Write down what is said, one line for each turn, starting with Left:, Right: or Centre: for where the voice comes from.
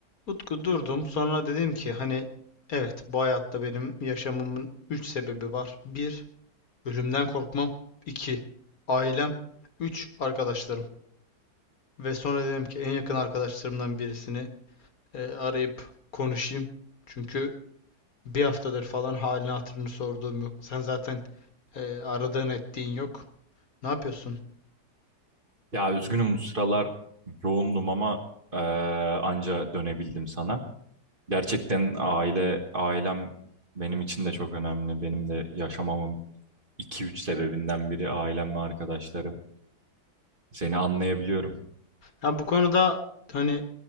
Left: Utku durdum. Sonra dedim ki hani evet bu hayatta benim yaşamımın 3 sebebi var. Bir Ölümden korkmam. iki Ailem. üç Arkadaşlarım. Ve sonra dedim ki en yakın arkadaşlarımdan birisini e, arayıp konuşayım. Çünkü bir haftadır falan halini hatırını sorduğum yok. Sen zaten e, aradığın ettiğin yok. Ne yapıyorsun?
Right: Ya üzgünüm bu sıralar yoğundum ama e, anca dönebildim sana. Gerçekten aile ailem benim için de çok önemli. Benim de yaşamamın iki üç sebebinden biri ailem ve arkadaşlarım. Seni anlayabiliyorum.
Left: Ya bu konuda hani